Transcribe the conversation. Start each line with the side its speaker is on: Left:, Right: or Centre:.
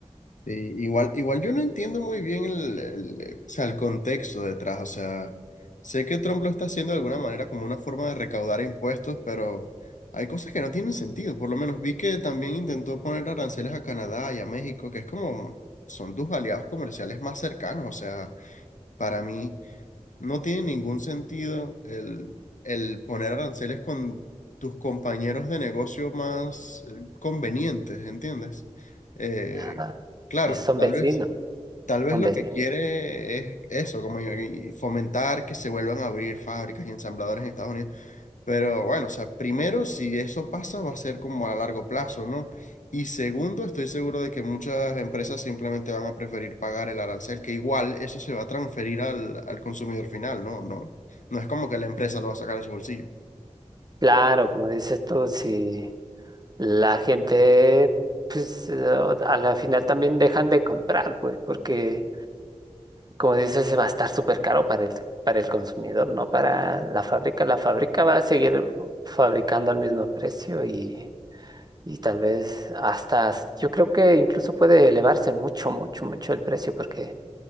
Left: Sí, igual, igual yo no entiendo muy bien el, el- o sea, el contexto detrás, o sea, sé que Trump lo está haciendo de alguna manera como una forma de recaudar impuestos, pero hay cosas que no tienen sentido, por lo menos vi que también intentó poner aranceles a Canadá y a México, que es como, son tus aliados comerciales más cercanos, o sea, Para mí no tiene ningún sentido el, el poner aranceles con tus compañeros de negocio más eh, convenientes, ¿entiendes? Eh,
Right: Ah, <laughs>
Left: claro,
Right: Y son
Left: tal
Right: vecinos,
Left: vez. Tal vez
Right: son
Left: lo
Right: vecinos.
Left: que quiere es eso, como y- y fomentar que se vuelvan a abrir fábricas y ensambladores en Estados Unidos. Pero bueno, o sea, primero, si eso pasa, va a ser como a largo plazo, ¿no? Y segundo, estoy seguro de que muchas empresas simplemente van a preferir pagar el arancel, que igual eso se va a transferir al, al consumidor final, ¿no? No, no es como que la empresa lo va a sacar de su bolsillo.
Right: Claro, como dices tú, si la gente, pues eh, a la final también dejan de comprar, pues porque como dices, va a estar súper caro para el, para el consumidor, no para la fábrica. La fábrica va a seguir fabricando al mismo precio y, y tal vez hasta, s- yo creo que incluso puede elevarse mucho, mucho, mucho el precio porque